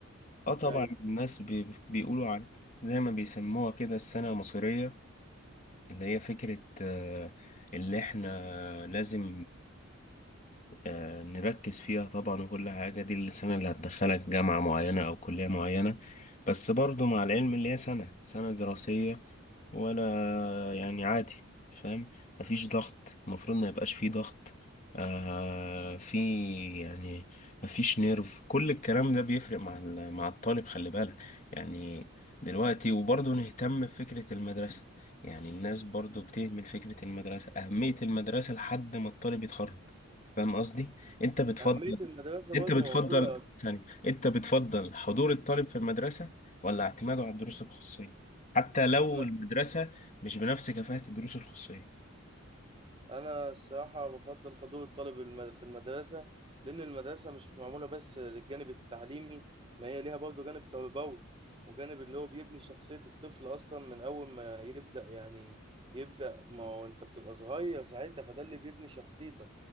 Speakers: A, on the left (about 35°); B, on the right (about 25°).
A: اه طبعا
B: ايوه
A: الناس بي- بيقولوا عن زي ما بيسموها كده السنة المصرية اللي هي فكرة آه، اللي احنا لازم آه، نركز فيها طبعا وكل حاجة دي اللي السنة اللي هتدخلك جامعة معينة أو كلية معينة بس برضو مع العلم اللي هي سنة سنة دراسية ولا يعني عادي فاهم مفيش ضغط المفروض ما يبقاش فيه ضغط آه في يعني مفيش نيرف كل الكلام ده بيفرق مع ال- مع الطالب خلي بالك يعني دلوقتي وبرضه نهتم بفكرة المدرسة يعني الناس برضه بتهمل فكرة المدرسة أهمية المدرسة لحد ما الطالب يتخرج فاهم قصدي انت بتفضل
B: أهمية المدرسة
A: انت
B: برضه
A: بتفضل
B: موجودة
A: ثاني انت بتفضل حضور الطالب في المدرسة ولا اعتماده على الدروس الخصوصية حتى لو
B: أنا
A: المدرسة مش بنفس كفاءة الدروس الخصوصية
B: انا الصراحه بفضل حضور الطالب الم- في المدرسه لان المدرسه مش معموله بس للجانب التعليمي ما هي ليها برضه جانب تربوي وجانب اللي هو بيبني شخصيه الطفل اصلا من اول ما يبدا يعني يبدا ما هو انت بتبقى صغير ساعتها فده اللي بيبني شخصيتك